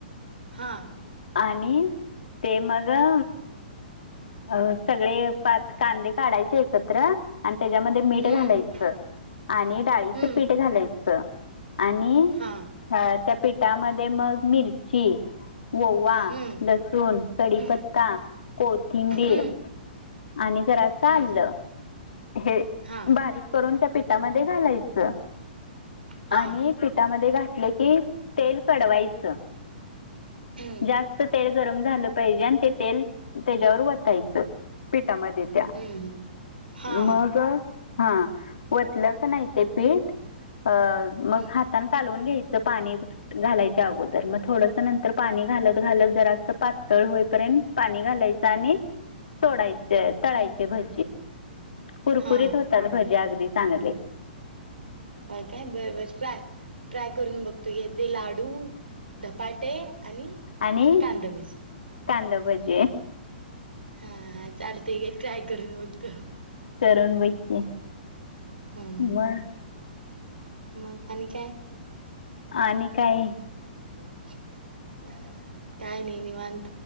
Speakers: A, on the right; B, on the left.
A: हा
B: आणि ते मग अ. अ सगळे प कांदे काढायचे सत्र आणि त्याच्यामध्ये मीठ
A: हम्म
B: घालायचं आणि डाळीचं
A: हम्म
B: पीठ घालायचं. आणि
A: हा
B: अ त्या पिठामध्ये मग मिरची वओवा,
A: हम्म
B: लसूण, कडीीपत्ता,
A: हम्म
B: कोथिंबीर
A: हम्म
B: आणि जरा
A: हम्म
B: चाललं. हे
A: हा
B: बारीक करून त्या पिठामध्ये घालायच.
A: हा
B: आणि पिठामध्ये घातले की तेल कडवायचं.
A: हम्म
B: जास्त तेल गरम झालं. पाजे ते तेल त्याच्यावर वचायचं पिठामध्ये त्या
A: हम्म हम्म हा हा
B: मग हा वतलं का नाही ते पीठ अ
A: हम्म
B: मग हात कालू घ्यायच पाणी घालायच्या अगोदर मग थोडस नंतर पाणी घालत घालत जर पातळ होईपर्यंत पाणी घालायच आणि सोडायच तळायचे
A: हम्म
B: भजी कुरकुरीत
A: हा
B: होतात भज्या अगदी चांगली.
A: होय काय बरबर ट्राय करून बघतो घ ते लाडू धपाटे आणि
B: आणि
A: कांदा भजी,
B: कांदा भजी
A: हा हा चालते घे, ट्राय करून बघतो.
B: करून बघकी,
A: हम्म
B: म,
A: मग आणि काय?
B: आणि काय,
A: <unintelligible> काय नाही निवांत